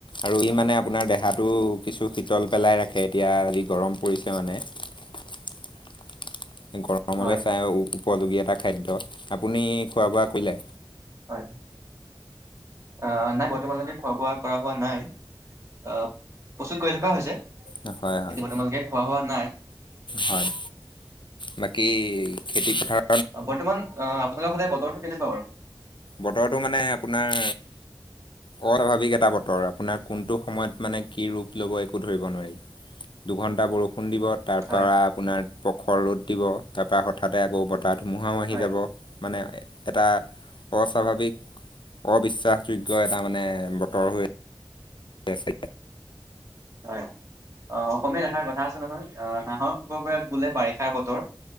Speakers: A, on the left; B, on the right.
A: আৰু ই মানে আপোনাৰ দেহাটো কিছু শীতল পেলাই ৰাখে এতিয়া যি গৰম পৰিছে মানে। <unintelligible> গৰমলৈ
B: হয়
A: চাই উপযোগী এটা খাদ্য, আপুনি খোৱা বোৱা কৰিলে?
B: হয় অহ নাই বৰ্তমানলৈকে খোৱা বোৱা কৰা হোৱা নাই। অহ প্ৰস্তুত কৰি থকা হৈছে। এতিয়া
A: হয় হয় হয়
B: বৰ্তমানলেকে খোৱা হোৱা নাই।
A: হয়। বাকী খেতি পথাৰ?
B: বৰ্তমান অহ আপোনালোকৰ ফালে বতৰটো কেনেকুৱা বাৰু?
A: বতৰটো মানে আপোনাৰ। কটা ভাবি কেইটা বতৰ। আপোনাক কোনটো সময়ত মানে কি ৰূপ লব একো ধৰিব নোৱাৰি। দুঘন্টা বৰষুণ দিব, তাৰ
B: হয়
A: পৰা আপোনাৰ পখৰ ৰ'দ দিব, তাৰ পৰা হঠাতে আকৌ ব তাহ ধুমুহাও আহি
B: হয়
A: যাব। মানে এটা অস্বাভাৱিক অবিশ্বাসযোগ্য এটা মানে বতৰ হৈ আছে।
B: হয় অ। অসমীয়া এষাৰ কথা আছে নহয়, অহ হাঁহক বগৰাই বোলে বাৰিষাৰ বতৰ।